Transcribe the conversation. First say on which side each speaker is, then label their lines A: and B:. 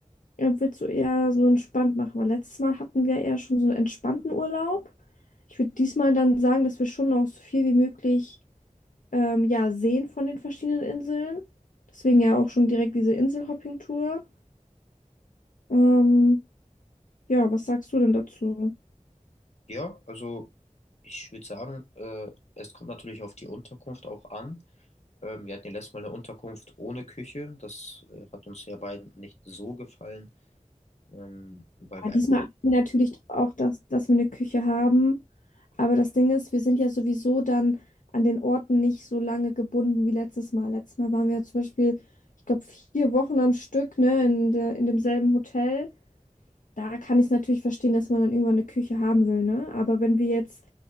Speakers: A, on the left; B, on the left.
A: äh, willst du eher so entspannt machen? Weil letztes Mal hatten wir eher schon so einen entspannten Urlaub. Ich würde diesmal dann sagen, dass wir schon noch so viel wie möglich ähm, ja, sehen von den verschiedenen Inseln. Deswegen ja auch schon direkt diese Inselhopping-Tour. Ähm, ja, was sagst du denn dazu?
B: Ja, also ich würde sagen, äh, es kommt natürlich auf die Unterkunft auch an. Ähm, wir hatten ja letztes Mal eine Unterkunft ohne Küche. Das äh, hat uns ja beiden nicht so gefallen, ähm, weil
A: Ja,
B: wir
A: Diesmal
B: einfach.
A: achten wir natürlich auch, dass, dass wir eine Küche haben. Aber das Ding ist, wir sind ja sowieso dann an den Orten nicht so lange gebunden wie letztes Mal. Letztes Mal waren wir ja zum Beispiel, ich glaube, vier Wochen am Stück, ne, in der, in demselben Hotel. Da kann ich es natürlich verstehen, dass man dann irgendwann eine Küche haben will, ne? Aber wenn wir jetzt